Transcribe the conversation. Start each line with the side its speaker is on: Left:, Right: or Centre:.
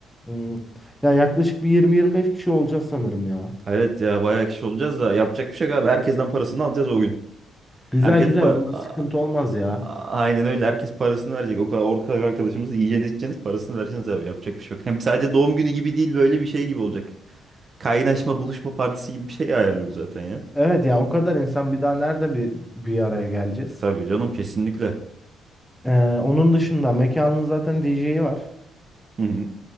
Centre: Hmm. Ya yaklaşık bir 20-25 kişi olacağız sanırım ya.
Right: Evet ya bayağı kişi olacağız da yapacak bir şey yok abi. Herkesten parasını alacağız o gün.
Centre: Güzel
Right: Herkes
Centre: güzel.
Right: pa-
Centre: Onda
Right: A-
Centre: sıkıntı olmaz ya.
Right: a- aynen öyle. Herkes parasını verecek. O kadar orka arkadaşımız yiyeceğiniz içeceğiniz parasını vereceğiniz abi. Yapacak bir şey yok. Hem sadece doğum günü gibi değil böyle bir şey gibi olacak. Kaynaşma buluşma partisi gibi bir şey ayarlıyoruz zaten ya.
Centre: Evet ya o kadar insan bir daha nerede bir, bir araya geleceğiz?
Right: Tabii canım kesinlikle.
Centre: Ee, onun dışında mekanın zaten DJ'i var.
Right: Hı hı.